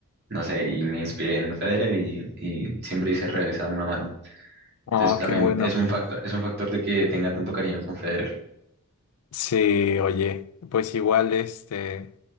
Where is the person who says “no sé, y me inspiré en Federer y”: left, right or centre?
Right